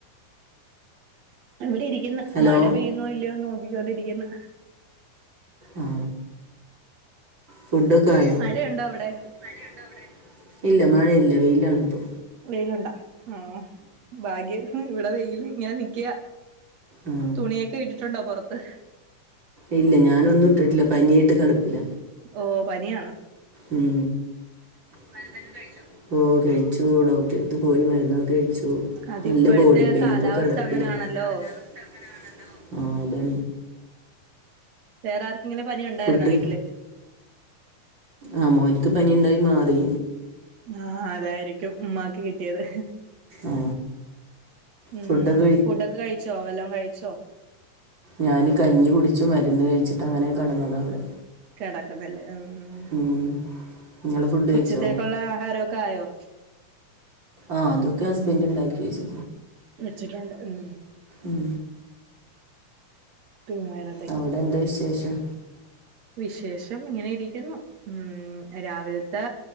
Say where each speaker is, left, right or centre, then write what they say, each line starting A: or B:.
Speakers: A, on the right; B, on the right.
A: ഇവിടെ ഇരിക്ക്ന്ന്
B: ഹലോ
A: മഴ പെയ്യുന്നോ ഇല്ല്യോന്ന് നോക്കിക്കൊണ്ടിരിക്കുന്ന്
B: ആ ഫുടൊക്കായോ
A: മഴയുണ്ടോ അവിടെ
B: മഴയുണ്ടോ അവിടെ ഇല്ല മഴയില്ല വെയിലാണിപ്പൊ
A: വെയിലുണ്ടാ ആ ഭാഗ്യം ഇവിടെ വെയിൽ ഇങ്ങന നിക്യാ
B: ആ
A: തുണിയൊക്കെ ഇട്ടിട്ടുണ്ടോ പൊറത്ത്
B: ഇല്ല ഞാനൊന്നും ഇട്ടട്ടില്ല പനിയായിട്ട് കെടപ്പില
A: ഓ പനിയാണൊ
B: ഉം മരുന്നൊക്കെ കഴിക്കോ ഓ കഴിച്ചു ഡോക്ടറെടുത്ത് പോയി മരുന്നൊക്കെ കഴിച്ചു
A: അതിപ്പോഴത്തെ
B: നല്ല ബോഡി പെയിൻ
A: കാലാവസ്ഥ
B: അപ്പൊ കെടപ്പില
A: അങ്ങനാണല്ലോ
B: ഇപ്പഴ്ത്തെ കാലാവസ്ഥ അങ്ങനാണല്ലോ ആഹ് അതെ
A: വേറെ ആർക്കിങ്ങനെ പനി ഉണ്ടാര്ന്നാ
B: ഫുഡ്
A: വീട്ടില്
B: ആ മോൻക്ക് പനിയിണ്ടായി മാറി
A: ആഹ് അതായിരിക്കും ഉമ്മാക്ക് കിട്ടിയത്
B: ആ
A: ഉം
B: ഫുഡൊക്കെ
A: ഫുഡൊക്കെ കഴിച്ചോ വല്ലോം കഴിച്ചോ
B: ഞാന് കഞ്ഞി കുടിച്ചും മരുന്ന് കഴിച്ചിട്ടങ്ങനെ കടന്നതാവിടെ
A: കെടക്കുന്നല്ലേ ഉം
B: നിങ്ങൾ ഫുഡ് കഴിച്ചോ
A: ഉച്ചത്തേക്കുള്ള ആഹാരക്കെ ആയോ
B: ആഹ് അതൊക്കെ ഹസ്ബൻഡണ്ടാക്കി വെച്ചു
A: വെച്ചിട്ടുണ്ട് ഉം
B: ഉം
A: പിന്നാര
B: അവടെന്താ വിശേഷം
A: വിശേഷം ഇങ്ങനെ ഇരിക്കുന്നു. ഉം രാവിലത്തെ